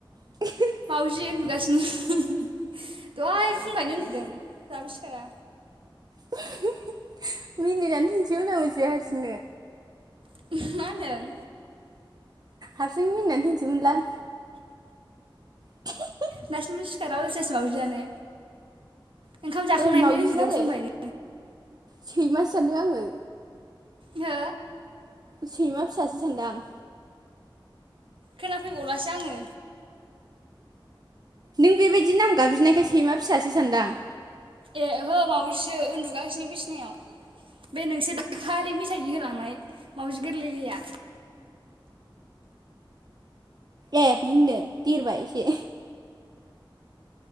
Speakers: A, on the right; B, on the right.
A: <unintelligible>
B: मावजि उन्दुगासिनो <unintelligible> दहाय फुंफायनो उन्दुदों दाबो सिखारा
A: <unintelligible> मिनिनानै थैनिसैमोन आं मिथिबाइ हारसिं नो
B: <unintelligible> मा होनदों
A: हारसिं मिनिनानै थैनोसैमोनलां <unintelligible>
B: दासिमबो सिखारा अलसेयासो मावजियानो ओंखाम जाखांनायनिफ्रायनो
A: ए मावजिसो
B: उन्दुदों
A: आरो
B: फुंनिफायनो
A: सैमासो सानदों आङो
B: हो
A: सैमा फिसासो सानदांं
B: खोनाफैबावलासो आङो
A: नों बेबायदि नाम गाबज्रिनायखाय सैमा फिसासो सानदां
B: ए ओहो मावजिसो उन्दुगासिनो बिसिनायाव बे नोंसोर दाखालि मिथाइ जि होलांनाय मावजि गोरलै लैया
A: ए बिनो देरबाय एसे